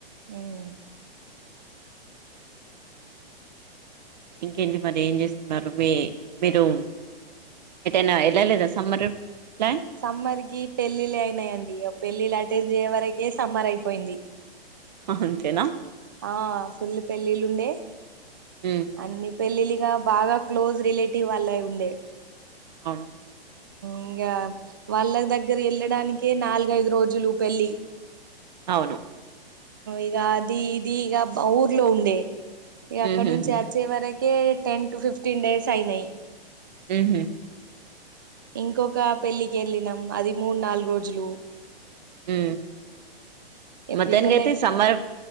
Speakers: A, on the right (about 20°); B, on the right (about 45°).
A: హ్మ్మ్
B: ఇంకేంటి మరి ఏం చేస్తున్నారు మీ మీరు ఎటన్న ఏళ్లలేదా సమ్మర్ అట్లా
A: సమ్మర్ కి పెళ్ళిళ్ళ అయినాయండి పెళ్ళిళ్ళ అటెండ్జే వరకే సమ్మర్ అయిపోయింది
B: అంతేనా
A: ఆ ఫుల్లు పెళ్లిళ్లు ఉండే
B: హ్మ్
A: అన్ని పెళ్ళిలిగా బాగా క్లోజ్ రిలేటివ్ వాళ్ళాయి ఉండే
B: అవును
A: ఇంకా వాళ్ళ దగ్గర వెళ్ళడానికే నాలుగైదు రోజులు పెళ్ళి
B: అవును
A: ఇగా అది ఇది ఇగా ఊర్లో ఉండే ఇగా
B: హుహుహు
A: అక్కడ నుంచి వచ్చే వరకే టెన్ టు ఫిఫ్టీన్ డేస్ అయినాయి
B: ఉహు
A: ఇంకొక పెళ్ళికి వెళ్ళినం అది మూడు నాలుగు రోజులు
B: హ్మ్మ్
A: ఇగ
B: మొత్తానికైతే
A: పిల్లలకి
B: సమ్మర్